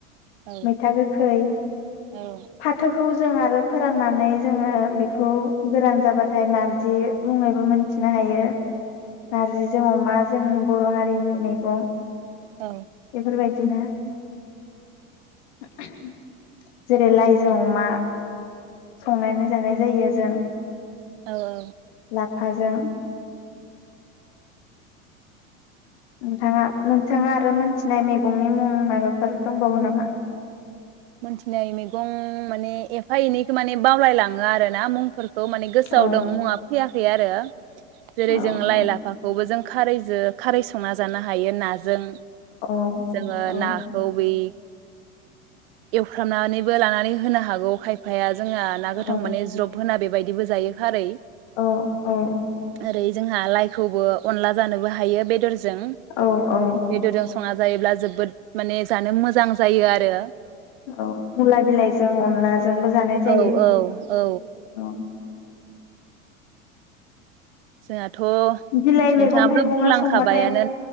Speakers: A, on the right (about 45°); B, on the left (about 50°).
A: औ
B: मैथा गोखै,
A: औ
B: फाथो खौ जों आरो फोराननानै जोङो बेखौ गोरान जाबाथाय नारजि मुङैबो मोनथिनो हायो। नारजिजों अमा जोंनि बर' हारिनि मैगं
A: औ
B: बेफोरबायदि बिदिनो <inaudible> जेरै लाइजों अमा संनानै जानाय जायो। जों
A: औ औ।
B: लाफाजों नोंथाङा नोंथाङा आरो मोनथिनाय मेगंनि मुं माबाफोर दंबावो नामा?
A: मोनथिनाय मैगं माने एफा एनैखौ माने बावलायलाङो आरोना मुंफोरखौ खौ माने गोसोआव
B: औ
A: दं मुंआ फैया फै आरो जेरै
B: औ
A: जों लाइ
B: औ
A: लाफाखौबो जों खरैजो खारै संना जानो हायो नाजों।
B: औ
A: जोङो नाखौ बै <inaudible> एवफ्रामनानैबो लानानै होनो हागौ खायफाया जोंहा ना
B: औ
A: गोथां मे ज्रब होना बे बेबायदिबो जायो खारै
B: औ औ
A: ओरै जोंहा लाइखौबो अनला जानोबो हायो बेदर जानो जों
B: औ औ
A: बेदरजों संना जायोब्ला जोबोद माने जानो मोजां जायो आरो
B: औ मुला बिलाइजों अनलाजोंबो जानाय जायो
A: औ औ औ
B: औ।
A: जोंहाथ'
B: बिलाइ मैगं
A: नोंथाङाबोथ'
B: थाइगङा
A: बुंलांखाबायानो
B: संबाथाय